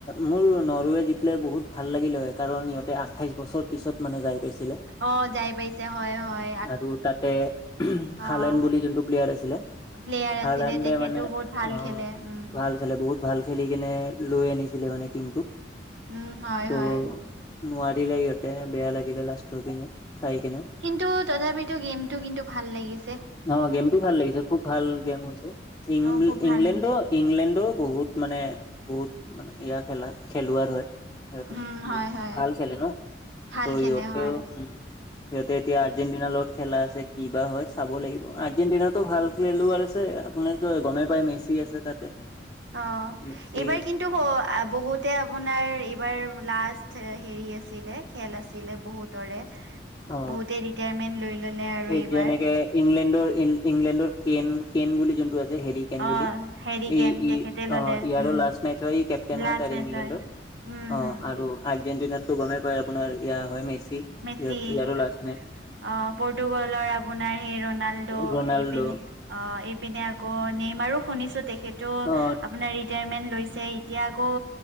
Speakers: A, on the left (about 20°); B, on the right (about 80°).
A: মোৰ নৰৱে জিকিলে বহুত ভাল লাগিলে হয় কাৰণ সিহঁতে আঠাইছ বছৰ পিছত মানে যাই পাইছিলে
B: অ যাই পাইছে হয় হয়
A: আৰু তাতে
B: অ
A: হালেন বুলি যোনটো প্লেয়াৰ আছিলে
B: প্লেয়াৰ
A: হাইলণ্ডে
B: আছিলে তেখেতো
A: মানে
B: বহুত ভাল
A: অ',
B: খেলে উম।
A: ভাল বহুত ভাল খেলি কেনে লৈ আনিছিলে মানে টিমটোক
B: উম হয়
A: ত'
B: হয়।
A: নোৱাৰিলে ইহঁতে বেয়া লাগিলে লাষ্টৰ পিনে চাই কিনে
B: কিন্তু তথাপিতো গেমটো কিন্তু ভাল লাগিছ
A: অ', গেমটো ভাল লাগিছে খুব ভাল গেম হৈছে ইং
B: অ খুব
A: ইংলেণ্ডতো
B: ভাল
A: ইংলেণ্ডো বহুত মানে বহুত মানে ইয়াৰ খেলা খেলুৱাৰ হয় সিহঁতে
B: উম হয়
A: বহুত
B: হয়
A: ভাল খেলে ন'
B: ভাল
A: ত'
B: খেলে
A: ইহঁতেও
B: হয়
A: উম সিহঁতে এতিয়া আৰ্জেন্টিনাৰ লগত খেলা আছে কি বা হয় চাব লাগিব আৰ্জেণ্টিনাটো ভাল খেলুৱৈ আছে আপুনিটো গমেই পাই মেচি আছে তাতে।
B: অ',
A: মেচি
B: এইবাৰ কিন্ তো ক বহুতে আপোনাৰ এইবাৰ লাষ্ট হেৰি আছিলে খেল আছিলে বহুত তৰে
A: অ
B: বহুতে ৰিত্ৰাইমেন লৈ ললে আৰু
A: এই
B: এইবাৰ।
A: যেনেকে ইংলেণ্ডৰ ইংলেণ্ডৰ কেন কেন বুলি যোনটো আছে হেৰি কেন
B: অ
A: বুলি ই
B: হেৰিকেন
A: ই
B: তেখেতে ললে
A: অ ইয়াৰো
B: উম
A: লাষ্ট নাইটত হয় কেপটেইন
B: লাষ্ট
A: হয় তাৰে
B: মেচ
A: ইংলেণ্ডৰ
B: হয়। উম
A: অ
B: হম
A: আৰু আৰ্জেণ্টিনাৰটো গমেই পায় আপোনাৰ ইয়া হয় মেচি ইহত
B: মেচি
A: ইয়াৰো লাষ্ট মে
B: অ পৰ্টুগালৰ আপোনাৰ হ ৰনাল্ডো
A: ৰনাল্ডো
B: এইপিনে অ এইপিনে আকৌ নেইমাৰো শুনিছো তেখ টো
A: অ
B: আপোনাৰ ৰিটায়াৰমেন্ট লৈছে এতিয়া আকৌ